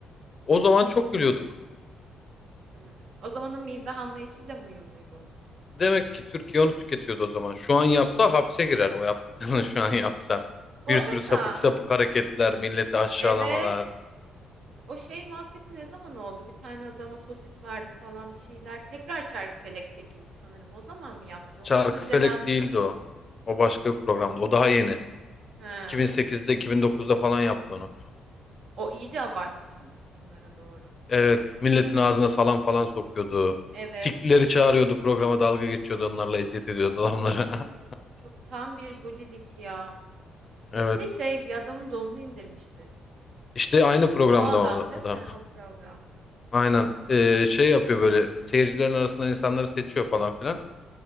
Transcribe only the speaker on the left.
o zaman çok gülüyorduk.
Demek ki Türkiye onu tüketiyordu o zaman. Şu an yapsa hapse girer o yaptıklarını <laughs> şu an yapsa.
Bir
sürü sapık sapık hareketler, milleti aşağılamalar.
Çarkıfelek
değildi o. O başka bir programdı. O daha yeni.
2008'de 2009'da falan yaptı onu.
Evet, milletin ağzına salam falan sokuyordu.
Tikleri çağırıyordu programa dalga geçiyordu onlarla eziyet ediyordu adamlara.
<laughs>
Evet.
İşte aynı programda
o da.
o
da.
Aynen. Ee, şey yapıyor böyle seyircilerin arasından insanları seçiyor falan filan.